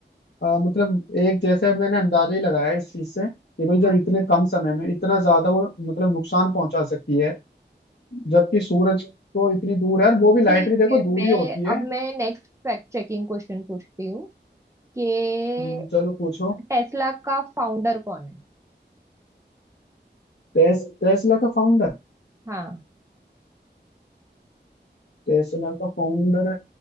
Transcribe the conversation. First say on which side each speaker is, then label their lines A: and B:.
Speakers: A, on the left; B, on the right.
A: आ, मतलब एक जैसे मैंने अंदाजा ही लगाया इस चीज से कि भाई जब
B: अच्छा
A: इतने कम समय में इतना ज्यादा वो मतलब नुकसान पहुंचा सकती है जबकि सूरज तो इतनी दूर है और वो भी लाइट
B: ठीक
A: भी देखो
B: है
A: दूरी
B: मैं
A: होती है
B: अब मैं नेक्स्ट फैक्ट चेकिंग क्वेश्चन पूछती हूँ कि
A: हम्म, चलो पूछो
B: टेस्ला का फाउंडर कौन है
A: टेस, टेस्ला का फाउंडर
B: हाँ
A: टेस्ला का फाउंडर